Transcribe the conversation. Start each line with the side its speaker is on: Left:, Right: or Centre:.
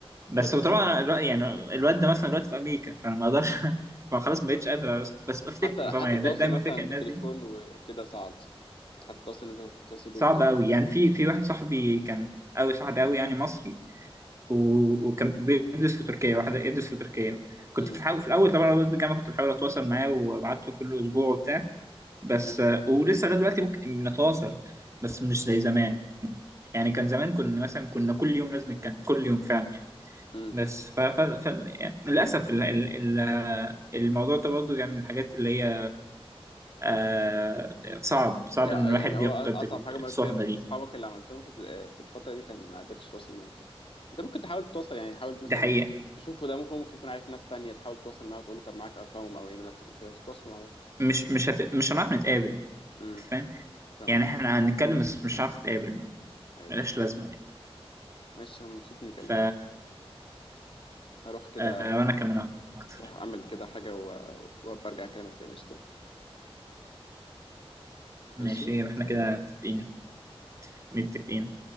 Right: بس
Left: كانت شخص
Right: هو طبعا الواد- يعني الواد ده مثلا دلوقتي في أمريكا فأنا ما أقدرش <laughs> فخلاص ما بقتش قادر بس, بس بفتكره
Left: حتى
Right: طبعا
Left: حتى
Right: يعني
Left: التواصل
Right: دا- دايما
Left: مثلا
Right: فاكر الناس
Left: بالتليفون
Right: دي
Left: وكده صعب صح حتى التواصل اللي انت تتواصل بيه
Right: صعبة
Left: بالتليفون
Right: أوي يعني في في واحد صاحبي كان أوي صاحبي أوي يعني مصري و- وكان بيدرس في تركيا واحد يدرس في تركيا كنت
Left: امم
Right: بحاول في الاول طبعا وقت الجامعه كنت بحاول اتواصل معاه وابعت له كل اسبوع وبتاع بس
Left: امم
Right: آه، ولسه لغايه دلوقتي ممكن نتواصل بس مش زي زمان يعني كان زمان كنا مثلا كنا كل يوم لازم نتكلم كل يوم فعلا يعني
Left: امم
Right: بس ف... ف... ف... يعني للاسف ال... ال... ال... آه، الموضوع ده برضه يعني من الحاجات اللي هي آه صعب صعب
Left: يعني
Right: ان الواحد
Left: يعني هو
Right: يفقد
Left: أص- اصعب
Right: ال-
Left: حاجه مريت
Right: الصحبه
Left: بيها ان انت
Right: دي
Left: اصحابك اللي عملتهم في في الفتره دي كان ما قدرتش تتواصل معاهم تاني انت ممكن تحاول تتواصل يعني حاول مثلا
Right: دي حقيقه
Left: تشوفه ده ممكن ممكن يكون عارف ناس تانية تحاول تتواصل معاه وتقول له طب معاك ارقامهم او ايميلاتهم وكده تتواصلوا مع بعض
Right: مش مش هت... مش هنعرف نتقابل
Left: امم
Right: فاهم
Left: فاهم
Right: يعني
Left: قصدك
Right: احنا هنتكلم بس مش هنعرف نتقابل
Left: ايوه
Right: ملهاش لازمة يعني
Left: ماشي انا مبسوط اني كلمتك
Right: ف
Left: اروح كده
Right: آه، وأنا كمان أكتر
Left: اروح اعمل كده حاجه و- وابقى ارجع اكلمك تاني قشطه
Right: ماشي
Left: ماشي
Right: يبقى إحنا
Left: سلام
Right: كده متفقين متفقين